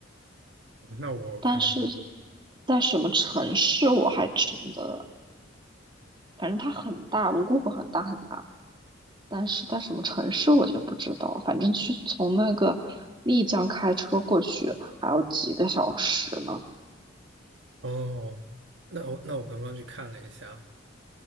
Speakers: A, on the right (about 65°); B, on the right (about 25°).
A: 那我可能。
B: 但是在什么城市我还真的，反正它很大，泸沽湖很大很大，但是在什么城市我就不知道。反正去从那个丽江开车过去还要几个小时呢。
A: 哦，那我那我刚刚去看了一下，